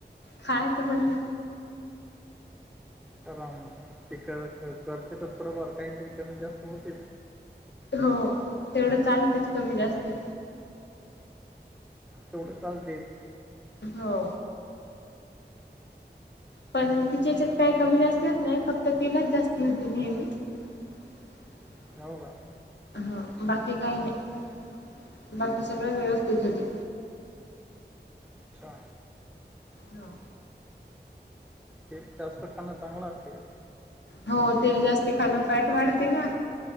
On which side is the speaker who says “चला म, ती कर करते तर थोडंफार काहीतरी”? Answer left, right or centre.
Centre